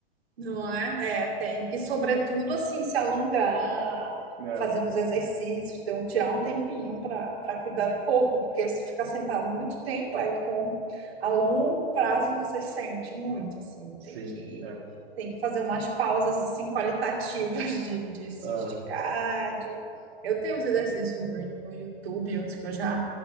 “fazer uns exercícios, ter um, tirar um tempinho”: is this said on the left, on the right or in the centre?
Right